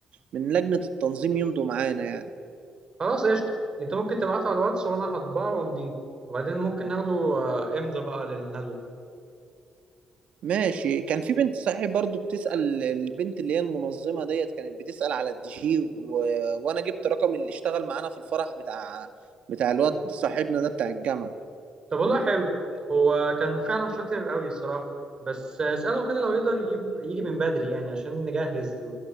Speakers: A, on the right (about 65°); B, on the right (about 35°).
A: من لجنة التنظيم يمضوا معانا يعني
B: خلاص قشطه انت ممكن تبعته على الواتس وانا هطبعه وامضيه وبعدين ممكن ناخده آه، امضى بقى للندوه
A: ماشي كان في بنت صحيح برضو بتسأل البنت اللي هي المنظمة ديت كانت بتسأل على الدي جي و... وانا جبت رقم اللي اشتغل معانا في الفرح بتاع بتاع الواد صاحبنا ده بتاع الجامعة
B: طب والله حلو هو كان فعلا شاطر قوي الصراحة بس اسأله كده لو يقدر يجيب يجي من بدري يعني عشان نجهز